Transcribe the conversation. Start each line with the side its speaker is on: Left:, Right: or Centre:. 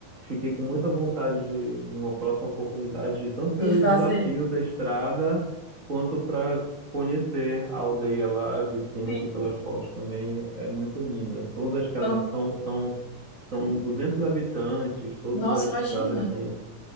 Right: fiquei com muita vontade de, numa próxima oportunidade, de tanto
Left: de
Right: pelo
Left: fazer.
Right: desafio da estrada, quanto para conhecer a aldeia lá de cima,
Left: Sim.
Right: que pelas fotos também é muito linda. Todas as casas
Left: Eu não...
Right: são, são, são 200 habitantes, todas
Left: Nossa,
Right: as
Left: imagina.
Right: casas têm.